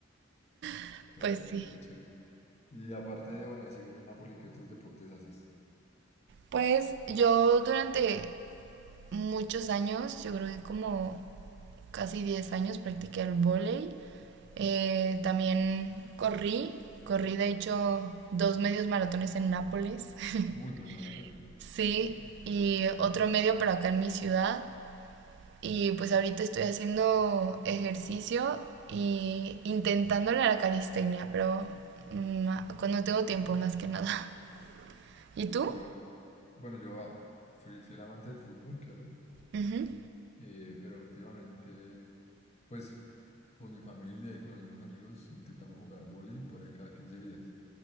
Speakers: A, on the right (about 60°); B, on the left (about 35°).
A: <laughs>
B: Pero
A: pues
B: bueno,
A: sí.
B: qué chévere. Y aparte de, bueno, de seguir el Napoli, ¿qué otros deportes haces?
A: Pues yo durante muchos años, yo creo que como casi 10 años practiqué el vóley. Eh, también corrí, corrí de hecho dos medios maratones en Nápoles. <laughs>
B: Uy, mi madre.
A: Sí, y otro medio pero acá en mi ciudad. Y pues ahorita estoy haciendo ejercicio y intentándole a la calistenia, pero mm, cuando tengo tiempo más que nada. <laughs> ¿Y tú?
B: Yo, bueno, yo ah, fui fui el amante del fútbol, claro,
A: Ujú.
B: eh, pero últimamente, pues con mi familia y con algunos amigos intentamos jugar vóley por ahí cada 15 días.